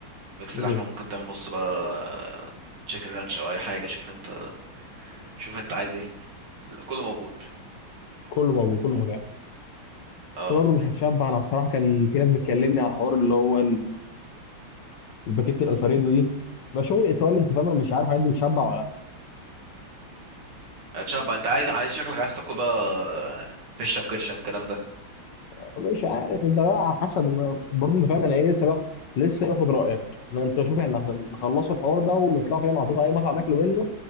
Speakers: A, on the right (about 85°); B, on the left (about 65°).
A: ميكس
B: مم.
A: لحمه ممكن تعمل نص بقى تشيكن رانش او اي حاجه شوف انت شوف انت عايز ايه كله موجود
B: كله موجود كله متاح
A: اه
B: بس برضه مش هتشبع انا بصراحه كان في ناس بتكلمني على الحوار اللي هو الباكيت الالفريدو دي بقى شغل ايطالي انت فاهم انا مش عارف عندي بتشبع ولا
A: اتشاب انت عايز عايز شكلك عايز تاكل بقى فشه وكرشه والكلام ده
B: لا مش عارف انت بقى على حسب انا برضه انت فاهم انا ايه لسه باخد لسه باخد رايك ان انت شوف احنا عشان نخلصوا الحوار ده ونطلع فاهم على طول اي مطعم ناكله منه